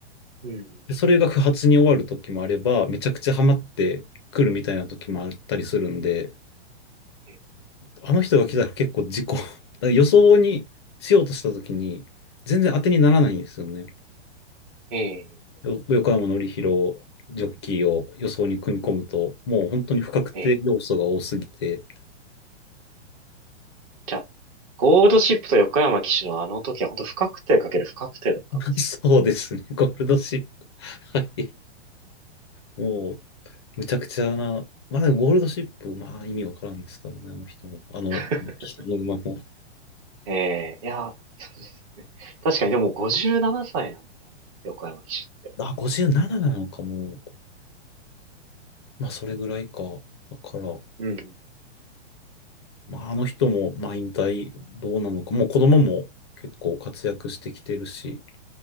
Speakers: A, on the right; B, on the left.
A: うん。
B: でそれが不発に終わる時もあれば、めちゃくちゃハマってくるみたいな時もあったりするんで、
A: ええ。
B: あの人が来たら結構事故、<laughs> 予想にしようとした時に全然当てにならないんですよね。
A: ええ。
B: よ横山典弘ジョッキーを予想に組み込むと、もう本当に不確定要素が多すぎて、
A: ええじゃあ、ゴールドシップと横山騎手のあの時は本当不確定かける不確定だったんですね。
B: <laughs> そうですね、ゴールドシップ。はい。もう、むちゃくちゃな、まあでもゴールドシップ、まあ意味わからんですからね、あの人も。あの、
A: <laughs>
B: 人の馬も。
A: ええいや、<laughs> そうですね。確かにでも57歳ななさいなんだ。横山騎手って。
B: あ、57なななのかも。まあそれぐらいか。だから、
A: うん。
B: まああの人も、まあ引退どうなのか。もう子供も結構活躍してきてるし、